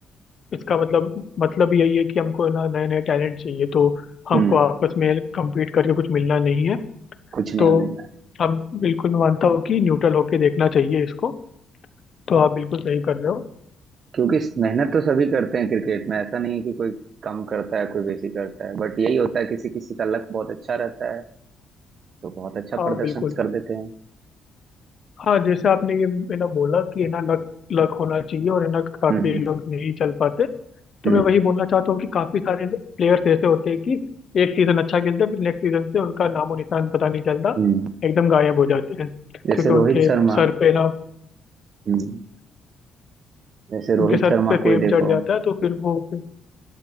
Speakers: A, on the left (about 50°); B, on the right (about 55°).
A: इसका मतलब मतलब यही है कि हमको ना नए नए टैलेंट चाहिए तो हमको
B: हम्म
A: आपस में कम्पीट करके कुछ मिलना नहीं है
B: कुछ नहीं
A: तो
B: मिलना
A: हम बिल्कुल मैं मानता हूँ कि न्यूट्रल होके देखना चाहिए इसको तो आप बिल्कुल सही कर रहे हो
B: क्योंकि मेहनत तो सभी करते हैं क्रिकेट में ऐसा नहीं है कि कोई कम करता है कोई बेसी करता है बट यही होता है किसी किसी का लक बहुत अच्छा रहता है तो बहुत अच्छा
A: हाँ
B: प्रदर्शन
A: बिल्कुल
B: कर देते हैं
A: हाँ जैसे आपने ये है ना बोला कि है ना लक लक होना चाहिए और है ना काफी
B: हम्म
A: लोग नहीं चल पाते तो
B: हम्म
A: मैं
B: हम्म।
A: वही बोलना चाहता हूँ कि काफी सारे प्लेयर्स ऐसे होते हैं कि एक सीजन अच्छा खेलते हैं फिर नेक्स्ट सीजन से उनका नामो निशान पता नहीं चलता
B: हम्म।
A: एकदम गायब हो जाते हैं
B: जैसे
A: क्योंकि
B: रोहित
A: उनके
B: शर्मा
A: सर पे ना
B: हम्म जैसे रोहित
A: उनके सर
B: शर्मा
A: पे
B: को
A: फेम
B: ही देखो
A: चढ़ जाता है तो फिर वो फिर